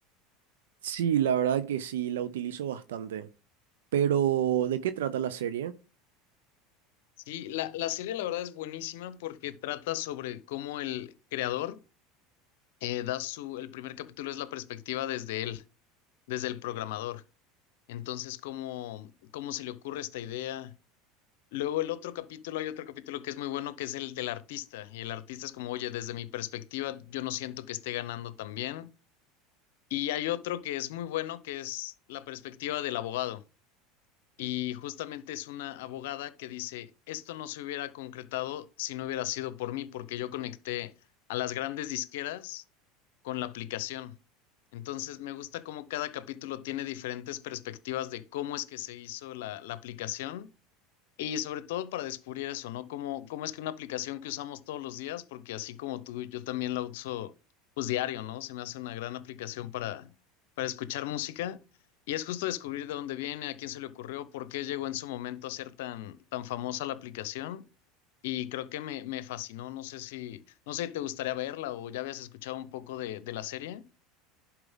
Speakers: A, on the right; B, on the left.
A: Sí, la verdad que sí, la utilizo bastante. Pero, ¿de qué trata la serie?
B: Sí, la, la serie la verdad es buenísima porque trata sobre cómo el creador eh, da su, el primer capítulo es la perspectiva desde él, desde el programador. Entonces, cómo, cómo se le ocurre esta idea. Luego el otro capítulo, hay otro capítulo que es muy bueno, que es el del artista. Y el artista es como, oye, desde mi perspectiva, yo no siento que esté ganando tan bien. Y hay otro que es muy bueno, que es la perspectiva del abogado. Y justamente es una abogada que dice, esto no se hubiera concretado si no hubiera sido por mí, porque yo conecté a las grandes disqueras con la aplicación. Entonces me gusta cómo cada capítulo tiene diferentes perspectivas de cómo es que se hizo la, la aplicación y sobre todo para descubrir eso, ¿no? Cómo, cómo es que una aplicación que usamos todos los días, porque así como tú, yo también la uso pues diario, ¿no? Se me hace una gran aplicación para, para escuchar música. Y es justo descubrir de dónde viene, a quién se le ocurrió, por qué llegó en su momento a ser tan, tan famosa la aplicación. Y creo que me, me fascinó. No sé si, no sé si te gustaría verla o ya habías escuchado un poco de, de la serie.